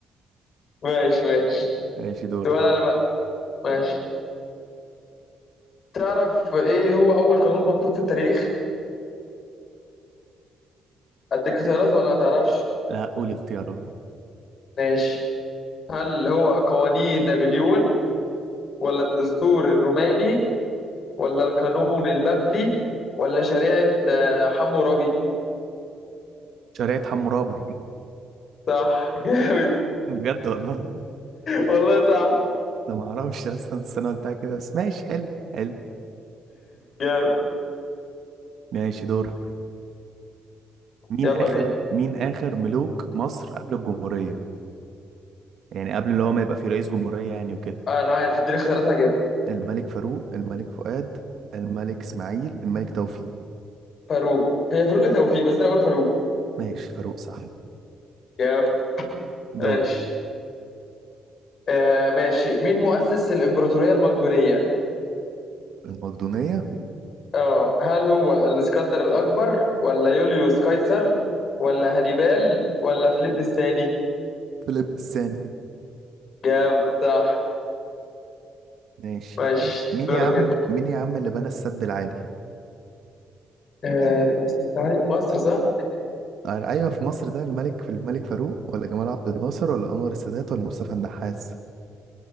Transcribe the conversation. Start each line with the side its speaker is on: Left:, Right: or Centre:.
Left: ماشي ماشي
Right: ماشي دور
Left: سؤال انا بقى ماشي تعرف ايه هو اول قانون مكتوب في التاريخ اديك اختيارات ولا ما تعرفش
Right: لا قول اختيارات
Left: ماشي هل هو قوانين نابليون ولا الدستور الروماني ولا القانون البابلي ولا شريعة آه، حموربي
Right: شريعة حمورابي
Left: صح <laughs> جامد
Right: <laughs> بجد والله
Left: والله صح
Right: أنا ما أعرفش أصلا السنة بتاع كده بس ماشي حلو حلو
Left: جامد
Right: ماشي دورك مين
Left: يلا
Right: آخر
Left: مين
Right: مين آخر ملوك مصر قبل الجمهورية يعني قبل اللي هو ما يبقى في رئيس جمهورية يعني وكده
Left: انا عارف اديني اختيارات هجيبها
Right: الملك فاروق الملك فؤاد الملك اسماعيل الملك توفيق
Left: فاروق هي فاروق إيه توفيق بس انا اقول فاروق
Right: ماشي فاروق صح
Left: جامد ماشي
Right: دور
Left: آه ماشي مين مؤسس الإمبراطورية المقدونية؟
Right: المقدونية
Left: اه هل هو الإسكندر الأكبر ولا يوليوس قيصر ولا هانيبال ولا فيليب الثاني؟
Right: فيليب الثاني
Left: جامد صح
Right: ماشي
Left: ماشي
Right: مين مين
Left: دورك
Right: يا عم
Left: انت
Right: مين يا عم اللي بنى السد العالي
Left: آه دي مصر علي- مصر، صح؟
Right: آه، ايوه في مصر ده الملك الملك فاروق ولا جمال عبد الناصر ولا انور السادات ولا مصطفى النحاس